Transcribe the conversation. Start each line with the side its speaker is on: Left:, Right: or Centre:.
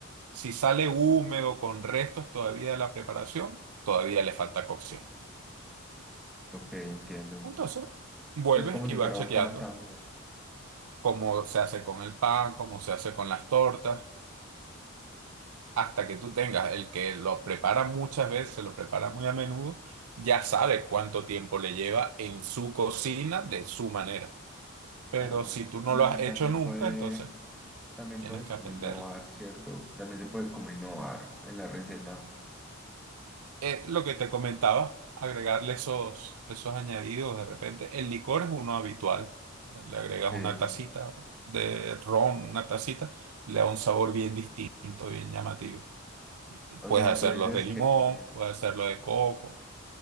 Right: Si sale húmedo con restos todavía de la preparación, todavía le falta cocción.
Centre: ok, entiendo.
Right: Entonces, vuelves
Centre: Es como
Right: y
Centre: si fuera
Right: vas chequeando
Centre: un pan también,
Right: cómo se hace con el pan, cómo se hace con las tortas, hasta que tú tengas el que lo prepara muchas veces, lo prepara muy a menudo, ya sabe cuánto tiempo le lleva en su cocina de su manera. Pero
Centre: claro.
Right: si tú no
Centre: Y
Right: lo has hecho
Centre: también
Right: nunca,
Centre: puede,
Right: entonces
Centre: también
Right: tienes
Centre: puede
Right: que
Centre: como
Right: aprenderlo.
Centre: innovar, ¿cierto? También se puede como innovar en la receta.
Right: eh, lo que te comentaba, agregarle esos, esos añadidos de repente. El licor es uno habitual. Le agregas
Centre: Ok.
Right: una tacita de ron, una tacita, le da un sabor bien distinto, bien llamativo.
Centre: O
Right: Puedes
Centre: sea,
Right: hacerlos
Centre: tú dices
Right: de limón,
Centre: que...
Right: puedes hacerlo de coco.